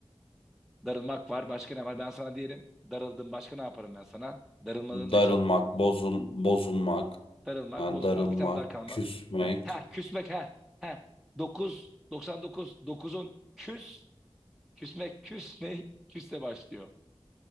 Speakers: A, in the centre; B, on the left.
A: Darılmak var. Başka ne var? Ben sana diyelim darıldım. Başka ne yaparım ben sana? Darılmanın
B: Darılmak,
A: eş
B: bozul bozulmak,
A: Darılmak,
B: ha,
A: bozulmak,
B: darılmak,
A: bir tane daha kalmak.
B: küsmek,
A: Ha, küsmek ha. dokuz doksan dokuz dokuzun küs küsmek küs ne? Küsle başlıyor.